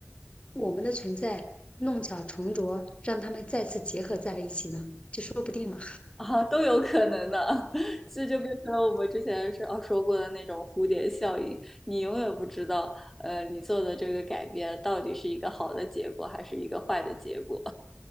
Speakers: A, on the left; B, in the centre.
A: 我们的存在弄巧成拙，让他们再次结合在了一起呢？就说不定嘛。
B: 啊，都有可能的，<laughs> 这就变成了我们之前是哦说过的那种蝴蝶效应，你永远不知道，呃，你做的这个改变到底是一个好的结果还是一个坏的结果。